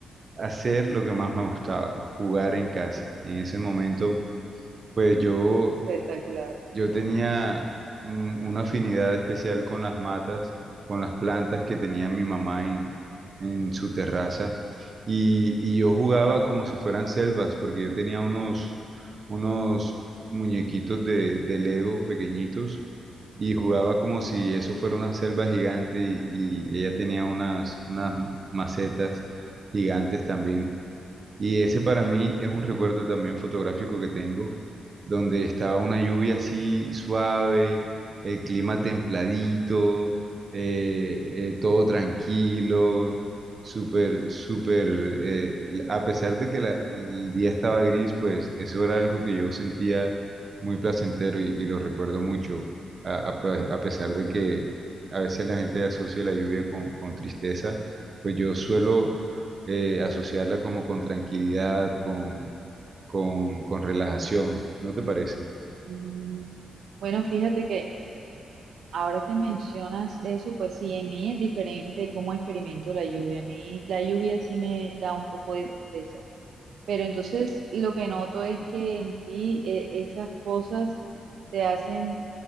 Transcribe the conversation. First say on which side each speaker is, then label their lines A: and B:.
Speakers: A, on the right (about 40°); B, on the right (about 75°).
A: hacer lo que más me gustaba, jugar en casa. En ese momento, pues yo,
B: espectacular.
A: yo tenía mm, una afinidad especial con las matas, con las plantas que tenía mi mamá en, en su terraza. Y, y yo jugaba como si fueran selvas, porque yo tenía unos, unos muñequitos de, de Lego pequeñitos y jugaba como si eso fuera una selva gigante y, y ella tenía unas, unas macetas gigantes también. Y ese para mí es un recuerdo también fotográfico que tengo, donde estaba una lluvia así suave, el clima templadito, eh, eh, todo tranquilo, súper, súper, eh, a pesar de que la- el día estaba gris, pues eso era algo que yo sentía muy placentero y, y lo recuerdo mucho, a, a pe- a pesar de que a veces la gente asocia la lluvia con, con tristeza, pues yo suelo eh, asociarla como con tranquilidad, con, con, con relajación, ¿no te parece?
B: Mm, Bueno, fíjate que Ahora que mencionas eso, pues sí, en mí es diferente cómo experimento la lluvia. A mí la lluvia sí me da un poco de tristeza, pero entonces lo que noto es que en ti eh, esas cosas te hacen